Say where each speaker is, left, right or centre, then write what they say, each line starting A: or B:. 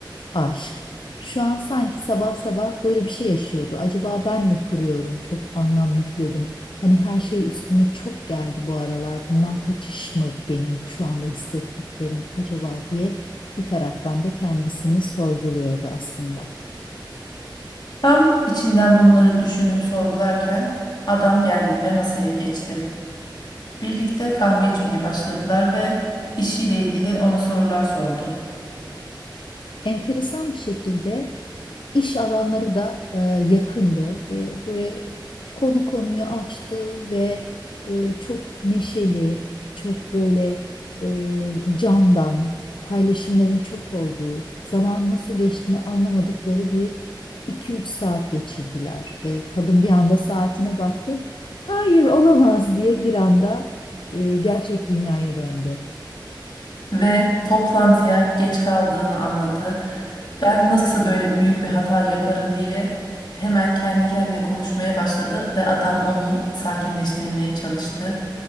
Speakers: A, on the left; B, on the left.
A: aşk. Şu an sanki sabah sabah böyle bir şey yaşıyordu. Acaba ben mi kuruyorum? Çok anlam yükledim. Hani her şey üstüme çok geldi bu aralar. Bundan kaçış mı benim şu anda hissettiklerim acaba diye bir taraftan da kendisini sorguluyordu aslında.
B: Tam içinden bunları düşünüp sorgularken adam geldi ve masaya geçti. Birlikte kahve içmeye başladılar ve işiyle ilgili ona sorular sordu.
A: Enteresan bir şekilde. İş alanları da e, yakındı ve böyle konu konuyu açtı ve e, çok neşeli, çok böyle e, candan, paylaşımların çok olduğu, zaman nasıl geçtiğini anlamadıkları bir iki üç saat geçirdiler ve kadın bir anda saatine baktı. Hayır olamaz diye bir anda e, gerçek dünyaya döndü.
B: ve toplantıya geç kaldığını anladı. Ben nasıl böyle büyük bir hata yaparım diye hemen kendi kendine konuşmaya başladı ve adam onu sakinleştirmeye çalıştı